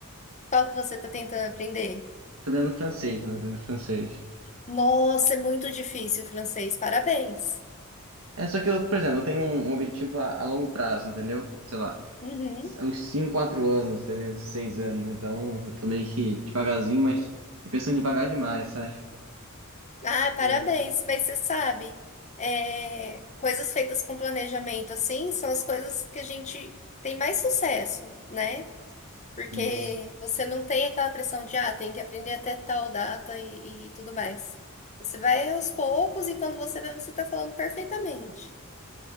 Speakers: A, on the left; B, on the right.
A: qual que você está tentando aprender?
B: Tô aprendendo francês, né? Aprendendo francês.
A: Nossa, é muito difícil o francês. Parabéns.
B: É só que eu, por exemplo, eu tenho um um objetivo a, a longo prazo, entendeu? Sei lá,
A: Uhum.
B: uns 5, 4 anos, entendeu? 6 anos, então eu tô meio que devagarzinho, mas e pensando devagar demais, sabe?
A: Ah, parabéns,
B: É.
A: mas você sabe, é, coisas feitas com planejamento assim são as coisas que a gente tem mais sucesso, né? Porque
B: Isso.
A: você não tem aquela pressão de, ah, tem que aprender até tal data e, e tudo mais. Você vai aos poucos e quando você vê, você tá falando perfeitamente.